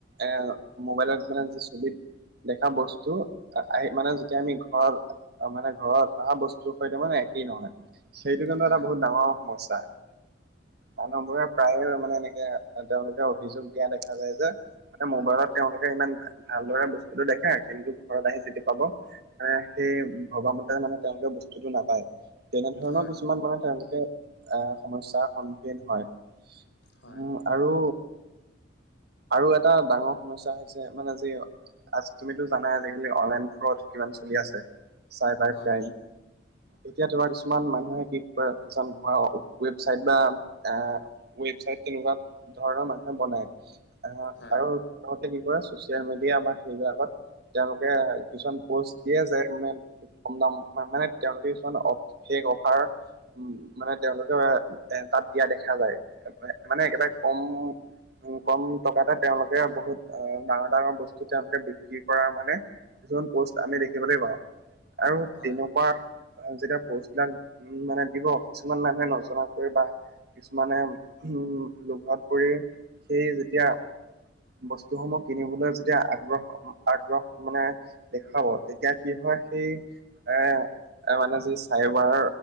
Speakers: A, on the right (about 55°); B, on the left (about 75°).
A: এ, মোবাইলত মানে যি ছবিত দেখা বস্তু অআহি মানে যেতিয়া আমি ঘৰত, মানে ঘৰত অহা বস্তুৰ সৈতে মানে একেই নহয়। সেইটো কিন্তু
B: হয়
A: এটা বহুত ডাঙৰ সমস্যা। মানুহবোৰে প্ৰায়ে মানে এনেকে তেওঁলোকে অভিযোগ দিয়া দেখা যায় যে। মানে মোবাইলত তেওঁলোকে ইমান ভা-ভালদৰে বস্তুটো দেখাই কিন্তু, ঘৰত আহি যিটো পাব মানে সেই ভবামতে মানে তেওঁলোকে বস্তুটো নাপায়। তেনেধৰণৰ
B: হয়
A: কিছুমান মানে তেওঁলোকে অহ, সমস্যাৰ সন্মুখীন হয়।
B: হয়
A: উম আৰু আৰু এটা ডাঙৰ সমস্যা হৈছে মানে যি আজ তুমিতো জানাই আজিকালি অনলাইন ফ্ৰ'দ কিমান চলি আছে, চাইবাৰ
B: হয়
A: ক্ৰাইম। এতিয়া তোমাৰ কিছুমান মানুহে কি কৰে কিছুমান ভুৱা ৱেবচাইট বা আ ৱেবচাইট তেনেকুৱা ধৰণৰ মানুহে বনায় অহ,
B: হয়
A: আৰু প্ৰথমতে কি কৰে, ছচিয়েল মিডিয়া বা সেইবিলাকত তেওঁলোকে কিছুমান প'ষ্ট দিয়ে যে, মানে কম দাম মা-মানে তেওঁলোকে কিছুমান বিশেষ অফাৰ উম, মানে তেওঁলোকে এ তাত দিয়া দেখা যায়, মানে একেবাৰে কম উম, কম টকাতে তেওঁলোকে বহুত ডাঙৰ ডাঙৰ বস্তু তেওঁলোকে বিক্ৰী কৰা মানে কিছুমান প'ষ্ট আমি দেখিবলৈ পাওঁ। আৰু
B: হয়
A: তেনেকুৱা যেতিয়া প'ষ্টবিলাক মানে দিব উম, কিছুমান মানুহে নজনা কে বা কিছুমানে উম, লোভত পৰি সেই যেতিয়া বস্তুসমূহ কিনিবলৈ যেতিয়া আগ্ৰহ আগ্ৰহ মানে দেখাব, তেতিয়া কি হয়, সেই এ এ মানে যি চাইবাৰ